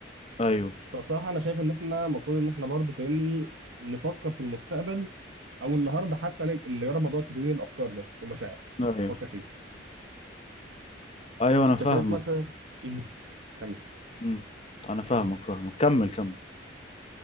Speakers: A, on the left; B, on the right.
A: ايوه
B: فبصراحه انا شايف ان احنا المفروض ان احنا برضه فاهمني نفكر في المستقبل او النهارده حتى نج- نجرب موضوع تدوين الافكار ده والمشاعر
A: ايوه
B: فكر فيه
A: ايوه انا
B: انت
A: فاهمك
B: شايف مثلا <laughs> مهم. كمل
A: امم انا فاهمك فاهمك كمل كمل